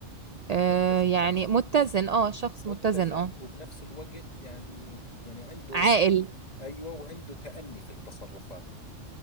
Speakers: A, on the right; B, on the left.
A: آه
B: متزن
A: يعني
B: شخص
A: متزن اه شخص
B: متزن
A: متزن اه
B: وبنفس الوقت يعني يعني عنده
A: عاقل
B: ايوه وعنده تأني في التصرفات